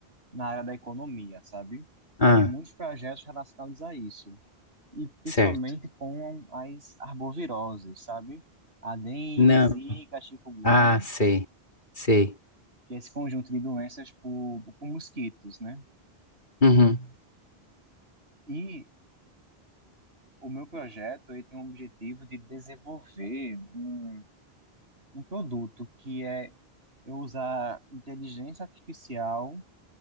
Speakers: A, on the right; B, on the left.
A: na área da economia, sabe? E
B: Ah,
A: ela tem muitos projetos relacionados a isso. e principalmente
B: certo.
A: com as arboviroses, sabe? A dengue,
B: Não.
A: zika, chikungunya,
B: Ah, sei, sei.
A: que é esse conjunto de doenças por, por mosquitos, né?
B: Uhum.
A: E o meu projeto ele tem o objetivo de desenvolver um, um produto que é eu usar inteligência artificial